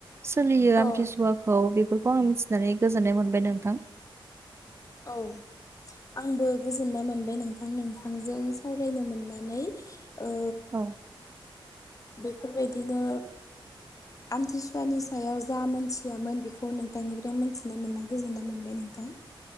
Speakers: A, on the right; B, on the left.
A: सोलियो आमथिसुवाखौ
B: औ
A: बेफोरखौ आं मिथिनानै गोजोननाय मोनबाय नोंथां।
B: औ आंबो गोजोननाय मोनबाय नोंथां नोंथांजों सावरायनो मोननानै ओ
A: औ
B: बेफोरबायदिनो आमतसुवानि सायाव जा मोनथियामोन बेखौ नोंथांनिफ्राय मोनथिनो मोननानै गोजोननाय मोनबाय नोंथां।